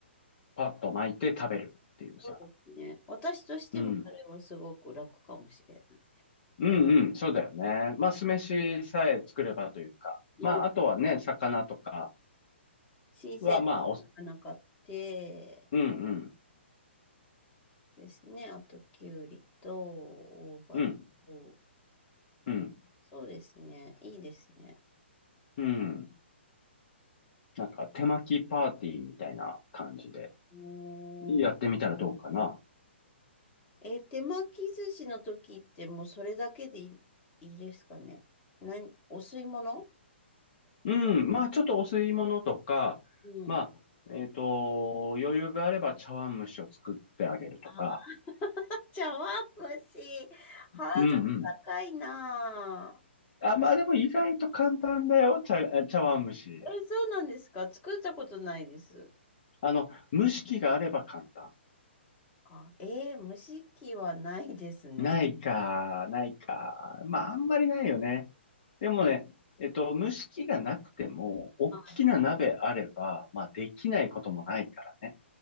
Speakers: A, on the left; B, on the left.
A: パッと巻いて食べるっていうさ。
B: そうですね。私としてもそれはすごく楽かもしれない。
A: うん。うんうん、そうだよね。まあ、酢飯さえ作ればというか。
B: もう、
A: まあ、あとはね、魚とか
B: 新鮮な魚買って
A: は、まあ、お、うんうん、
B: ですね。あと、きゅうりと、大葉と、
A: うん、うん、
B: そうですね。いいですね。
A: うん。なんか、手巻きパーティーみたいな感じで、
B: うーん
A: やってみたらどうかな。
B: えー手巻き寿司の時ってもうそれだけでいい、いいですかね。何、お吸い物
A: うん、まあ、ちょっとお吸い物とか、
B: うん。
A: まあ、えっと、余裕があれば茶碗蒸しを作ってあげるとか。
B: あ、茶碗蒸し。ハードル
A: うんうん。
B: 高いなあ。
A: あ、まあでも意外と簡単だよ、茶、茶碗蒸し。
B: え、そうなんですか作ったことないです。
A: あの、蒸し器があれば簡単。
B: あ、えー、蒸し器はないですね。
A: ないか、ないか。まあ、あんまりないよね。でもね、えっと、蒸し器がなくても、大きな鍋あれば、
B: はい。
A: まあ、できないこともないからね。